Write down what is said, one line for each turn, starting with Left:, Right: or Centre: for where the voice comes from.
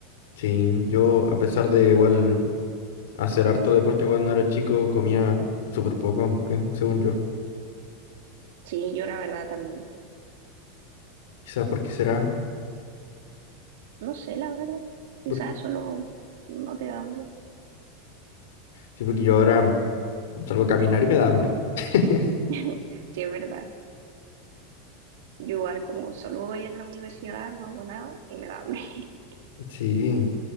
Left: Sí, yo a pesar de igual hacer harto deporte cuando era chico, comía súper poco, en- en- según yo.
Right: Sí, yo la verdad también,
Left: Quizás porque será.
Right: no sé, la verdad, quizás
Left: por-
Right: solo no te da hambre.
Left: Sí, porque yo ahora salgo a caminar y me da hambre. <laughs>
Right: <laughs> Sí, es verdad. Yo igual como solo voy a la universidad, no hago nada y me da hambre. <laughs>
Left: Sí,